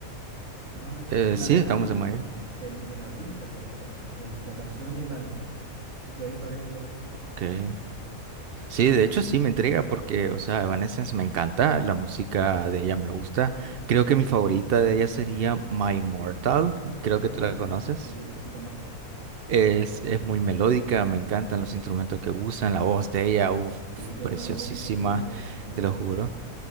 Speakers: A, on the right (about 55°); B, on the right (about 70°).
A: Mayo,
B: eh,
A: sí, en,
B: sí,
A: en
B: estamos
A: abril.
B: en mayo.
A: El, en abril salió la canción, el- la canción y el álbum. Así que ahí para que lo busquen.
B: Ok. Sí, de hecho sí me intriga porque, o sea, Evanescence me encanta, la música de ella me gusta. Creo que mi favorita de ella sería My Immortal. Creo que
A: Ah,
B: tú la
A: sí,
B: conoces.
A: sí, sí, sí, conozco.
B: Es, es muy melódica, me encantan los instrumentos que usan, la voz de ella, uff,
A: Sí, tiene
B: preciosísima,
A: una voz increíble, increíble.
B: te lo juro.